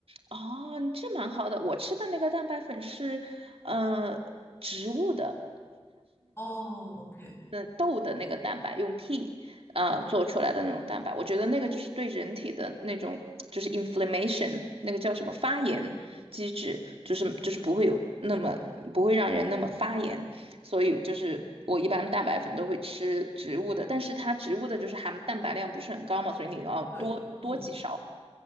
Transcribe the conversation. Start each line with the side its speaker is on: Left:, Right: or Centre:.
Right: 哦，这蛮好的。我吃的那个蛋白粉是，呃，植物的，
Left: 哦，OK，
Right: 那豆的那个蛋白用
Left: 对
Right: T 呃做出来的那种蛋白，我觉得那个就是对人体的那种就是 inflammation 那个叫什么发炎机制，就是就是不会有那么不会让人那么发炎，所以就是我一般蛋白粉都会吃植物的，但是它植物的就是含蛋白量不是很高嘛，所以你要多多几勺，
Left: 对，嗯